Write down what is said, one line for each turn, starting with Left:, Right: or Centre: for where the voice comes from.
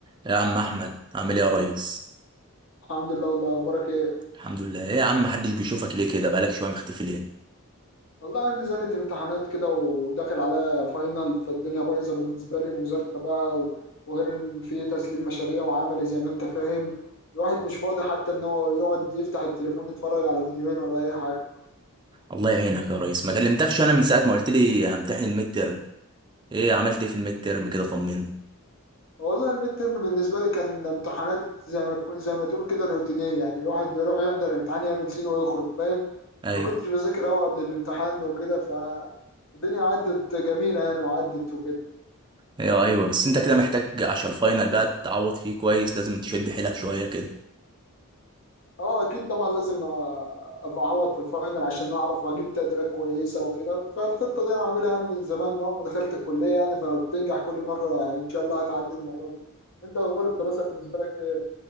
Right: يا عم احمد عامل ايه يا ريس
Left: الحمد لله والله اخبارك ايه
Right: الحمد لله ايه يا عم محدش بيشوفك ليه كده بقالك شويه مختفي ليه
Left: والله عندي زنة امتحانات كده وداخل على فاينل فالدنيا بايظه بالنسبه لي مذاكره بقى و- وغير ان في تسليم مشاريع وعملي زي ما انت فاهم الواحد مش فاضي حتى ان هو يقعد يفتح التليفون يتفرج على فيديوهين ولا اي حاجه
Right: الله يعينك يا ريس ما كلمتكش انا من ساعه ما قلت لي همتحن الميد ترم ايه عملت ايه في الميد ترم كده طمني
Left: والله الميد ترم بالنسبه لي كان امتحانات زي ما تكون زي ما تقول كده روتينيه يعني الواحد بيروح يحضر الامتحان يعمل سين ويخرج فاهم
Right: ايوه
Left: ما كنتش بذاكر قوي قبل الامتحان وكده فالدنيا عدت جميله يعني وعدت وكده
Right: ايوه ايوه بس انت كده محتاج عشان الفاينل بقى تعوض فيه كويس لازم تشد حيلك شويه كده
Left: اه اكيد طبعا لازم آه، ابقى اعوض في الفاينل عشان اعرف اجيب تقديرات كويسه وكده فالخطه دي انا عاملها يعني من زمان من اول ما دخلت الكليه يعني فبتنجح كل مره يعني ان شاء الله هتعدي المره دي انت اخبار الدراسه بالنسبه لك ايه